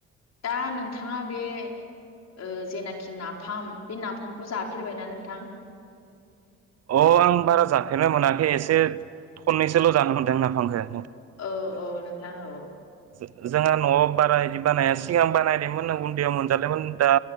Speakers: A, on the left; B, on the right.
A: दा नोंथाङा बे ओ जेनाखि नाफाम बे नाफामखौ जाफेरबायना नोंथां
B: अ आं बारा जाफेरनो मोनाखै एसे खननैसोल' जानो मोनदों नाफामखो
A: औ औ नोंथां औ
B: जोंहा न'आव बारा बिदि बानाया सिगां बानायदोंमोन उन्दैयाव मोनजादोंमोन दा